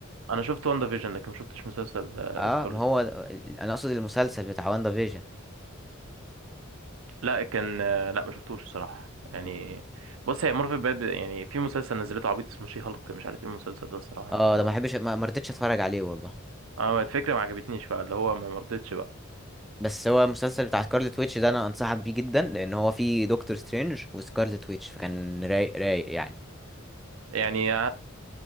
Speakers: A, on the right; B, in the centre.
A: انا شفت واندا فيجن لكن ما شفتش مسلسل
B: اه
A: سكارلت
B: ما هو ده- انا اقصد المسلسل بتاع واندا فيجن
A: لا كان آه، لا ما شفتوش الصراحه يعني
B: مم.
A: بص هي مورفي بقى يعني في مسلسل نزلته عبيط اسمه شي هالك مش عارف ايه المسلسل ده الصراحه
B: اه
A: اه
B: ده ما بحبش ما ما رضيتش اتفرج عليه والله
A: آه، الفكره ما عجبتنيش بقى اللي هو ما مرضتش بقى
B: بس هو المسلسل بتاع سكارلت ويتش ده انا انصحك بيه جدا لان هو فيه دكتور سترينج وسكارلت ويتش فكان رايق رايق يعني
A: يعني